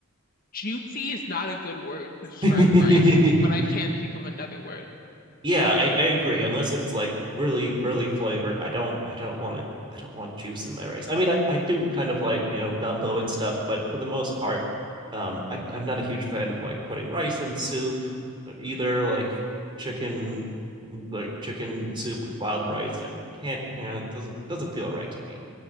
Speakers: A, on the left; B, on the right.
A: juicy is not a good word to describe
B: <laughs>
A: rice, but I can't think of another word.
B: yeah, I, I agree. Unless it's like really, really flavored, I don't I don't want it. I don't want juice in my rice. I mean, I, I do kind of like, you know, gumbo and stuff, but for the most part, um, I, I'm not a huge fan of like putting rice in soup either, like chicken like chicken soup with wild rice. I can't, you know, it doesn't doesn't feel right to me.